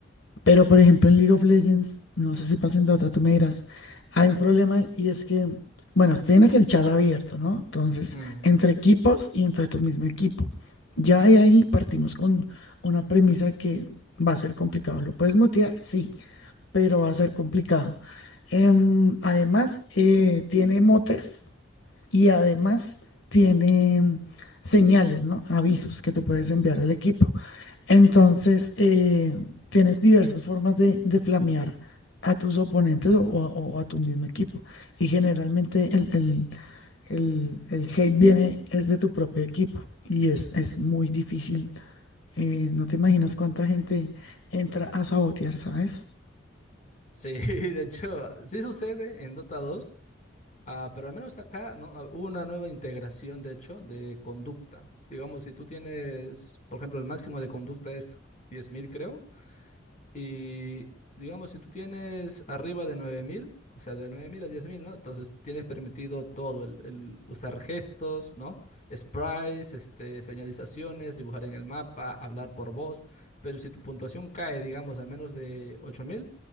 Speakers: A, on the left; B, on the left.
A: Pero, por ejemplo, en League of Legends, no sé si pasa en Dota, tú me dirás, hay un problema y es que, bueno, tienes el chat abierto, ¿no? Entonces,
B: Mm.
A: entre equipos y entre tu mismo equipo. Ya de ahí partimos con una premisa que va a ser complicado. ¿Lo puedes mutear? Sí pero va a ser complicado. Em, además, eh, tiene motes y además tiene mm, señales, ¿no? Avisos que tú puedes enviar al equipo. Entonces, eh, tienes diversas formas de, de flamear a tus oponentes o, o- o a tu mismo equipo. Y generalmente el, el- el- el hate viene es de tu propio equipo y es, es muy difícil. Eh, no te imaginas cuánta gente entra a sabotear, ¿sabes?
B: Sí, <laughs> de hecho, sí sucede en Dota 2, Ah, pero al menos acá, ¿no? Ah, Hubo una nueva integración, de hecho, de conducta. Digamos, si tú tienes, por ejemplo, el máximo de conducta es diez mil creo. Y digamos, si tú tienes arriba de nueve mil o sea, de 9.000 a diez mil ¿no? Entonces tienes permitido todo, el, el usar gestos, ¿no? Sprites, este, señalizaciones, dibujar en el mapa, hablar por voz. Pero si tu puntuación cae, digamos, a menos de ocho mil